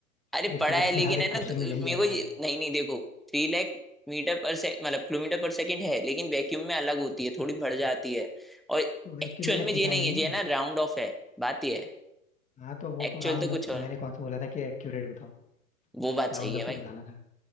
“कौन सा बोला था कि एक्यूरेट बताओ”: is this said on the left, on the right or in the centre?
Left